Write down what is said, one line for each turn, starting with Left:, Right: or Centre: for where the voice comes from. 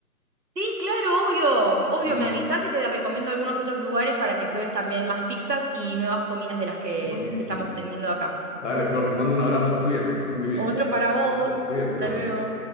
Right: Sí, claro, obvio, obvio,
Left: Buenísimo.
Right: me avisás y te recomiendo algunos otros lugares para que pruebes también más pizzas y nuevas comidas de las que
Left: Buenísimo.
Right: estamos teniendo acá.
Left: Dale, Flor, te mando un abrazo. Cuídate, que estés muy bien.
Right: Otro para vos,
Left: Buen día. Cuídate,
Right: hasta
Left: bye
Right: luego.
Left: bye.